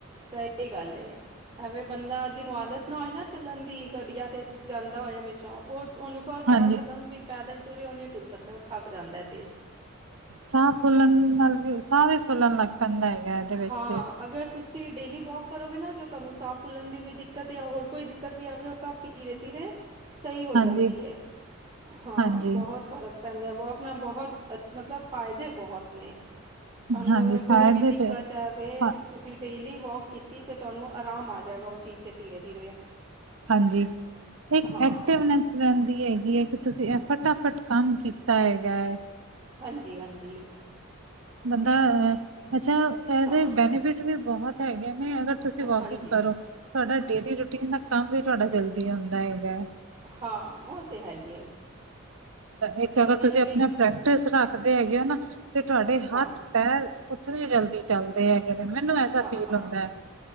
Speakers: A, on the right; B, on the right.
A: ਸਹੀ ਗੱਲ ਏ। ਐਵੇਂ ਬੰਦਾ, ਜਿਹਨੂੰ ਆਦਤ ਨਾ ਹੋਏ ਨਾ ਚੱਲਣ ਦੀ, ਗੱਡੀਆ ਤੇ ਜਾਂਦਾ ਹੋਏ ਹਮੇਸ਼ਾ ਉਹ ਉਹਨੂੰ ਕਹੋ,
B: ਹਾਂਜੀ
A: ਚਾਰ ਕਦਮ ਵੀ ਪੈਦਲ ਟੁਰੇ, ਉਹ ਨਹੀਂ ਟੁਰ ਸਕਦਾ ਉਹ ਥੱਕ ਜਾਂਦਾ ਫਿਰ।
B: ਸਾ ਫੁੱਲਣ--ਨਾਲ ਵੀ, ਸਾਹ ਵੀ ਫੁੱਲਨ ਲੱਗ ਪੈਂਦਾ ਹੈਗਾ। ਵਿੱਚ
A: ਹਾਂ,
B: ਤੇ
A: ਅਗਰ ਤੁਸੀਂ ਡੇਲੀ ਵੌਕ ਕਰੋਗੇ ਨਾ, ਜੋ ਤੁਹਾਨੂੰ ਸਾਹ ਫੁੱਲਣ ਦੀ ਵੀ ਦਿੱਕਤ ਯਾਂ, ਹੋਰ ਕੋਈ ਦਿੱਕਤ ਵੀ ਆਵੇ ਉਹ ਸਭ ਧੀਰੇ-ਧੀਰੇ ਸਹੀ ਹੋ
B: ਹਾਂਜੀ
A: ਜਾਂਦੀ ਹੈ, ਹਾਂ
B: ਹਾਂਜੀ
A: ਬਹੁਤ ਫ਼ਰਕ ਪੈਂਦਾ, ਵਾਕ ਬਹੁਤ, ਮਤਲਬ ਫ਼ਾਇਦੇ ਬਹੁਤ ਨੇ, ਸਾਨੂੰ
B: ਹਾਂਜੀ
A: ਅਗਰ ਕੋਈ
B: ਫਾਇਦੇ
A: ਵੀਖ
B: ਤੇ
A: ਪਤਾ ਵੇ
B: ਫ
A: ਤੁਸੀਂ ਤੁਸੀਂ ਡੇਲੀ ਵਾਕ ਕੀਤੀ, ਤਾਂ ਤੁਹਾਨੂੰ ਆਰਾਮ ਆ ਜਾਵੇਗਾ, ਉਹ ਚੀਜ਼ 'ਚ ਧੀਰੇ ਧੀਰੇ।
B: ਹਾਂਜੀ ਇੱਕ
A: ਹਾਂ
B: ਐਕਟਿਵਨੈਸ ਰਹਿੰਦੀ ਹੈਗੀ ਹੈ, ਕਿ ਤੁਸੀਂ ਇਹ ਫਟਾਫਟ ਕੰਮ ਕੀਤਾ ਹੈਗਾ ਹੈ
A: ਹਾਂਜੀ ਹਾਂਜੀ
B: ਬੰਦਾ ਅ, ਅੱਛਾ ਇਹਦੇ
A: ਹਾਂ
B: ਬੈਨੀਫਿਟ ਵੀ ਬਹੁਤ ਹੈਗੇ ਨੇ, ਅਗਰ ਤੁਸੀਂ ਵੋਕਿੰਗ
A: ਹਾਂਜੀ
B: ਕਰੋ, ਤੁਹਾਡਾ ਡੇਲੀ ਰੂਟੀਨ ਦਾ ਕੰਮ ਵੀ ਤੁਹਾਡਾ ਜਲਦੀ ਹੁੰਦਾ ਹੈਗਾ ਹੈ
A: ਹਾਂ, ਉਹ ਤੇ ਹੈ ਹੀ ਹੈ।
B: ਇੱਕ
A: ਬੰਦੇ
B: ਅਗਰ ਤੁਸੀਂ
A: ਨੂੰ
B: ਆਪਣਾ
A: ਇੱਕ
B: ਪ੍ਰੈਕਟਿਸ ਰੱਖਦੇ ਹੈਗੇ ਹੋ ਨਾ, ਤੇ ਤੁਹਾਡੇ ਹੱਥ
A: ਹਾਂ
B: ਪੈਰ ਉਤਨੀ ਜਲਦੀ ਚੱਲਦੇ ਹੈਗੇ ਨੇ, ਮੈਨੂੰ ਐਸਾ
A: ਹਾਂ
B: ਫੀਲ
A: ਹਾਂ
B: ਹੁੰਦਾ ਹੈ।